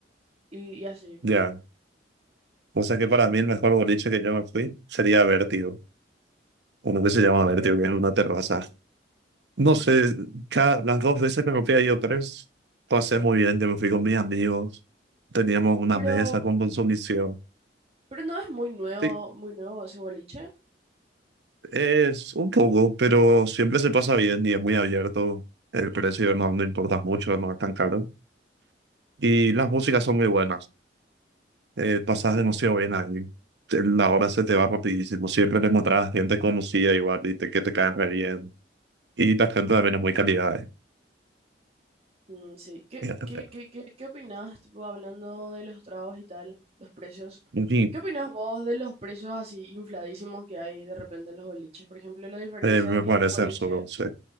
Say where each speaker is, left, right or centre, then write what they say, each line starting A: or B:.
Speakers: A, on the right; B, on the right.
A: y, y así.
B: Ya, O sea que para mí el mejor boliche que yo me fui sería Vértigo, uno
A: Mm,
B: que se llama
A: ¿por
B: Vértigo,
A: qué?
B: que es una terraza. No sé, cada, las dos veces que me fui, he ido tres, pasé muy bien, yo me fui con mis amigos, teníamos una
A: Pero,
B: mesa con consumición.
A: pero no es muy nuevo,
B: Sí,
A: muy nuevo ese boliche.
B: es un poco, pero siempre se pasa bien y es muy abierto, el precio no, no importa mucho, no es tan caro. Y las músicas son muy buenas, eh, pasas
A: Ah,
B: demasiado bien ahí. Te- La hora se te va rapidísimo, siempre te encontrás gente conocida igual y te, que te caen re bien Y la gente también es muy cálida. eh,
A: Mm, sí, ¿qué,
B: y hace-
A: qué,
B: frío.
A: qué, qué, qué opinás, tipo, hablando de los tragos y tal, los precios?
B: En fin,
A: ¿Qué opinás vos de los precios así infladísimos que hay de repente en los boliches? Por ejemplo, la diferencia
B: eh, me
A: de que
B: parece
A: en un boliche,
B: absurdo, sí.